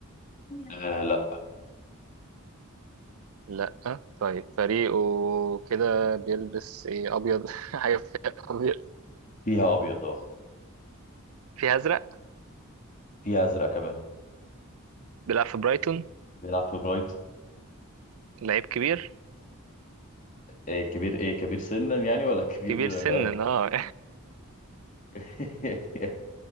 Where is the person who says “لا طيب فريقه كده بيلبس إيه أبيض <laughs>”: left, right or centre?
Right